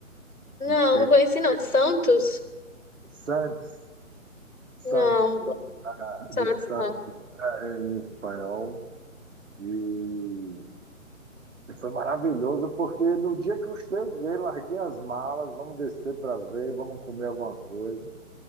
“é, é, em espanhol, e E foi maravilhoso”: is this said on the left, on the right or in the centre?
Right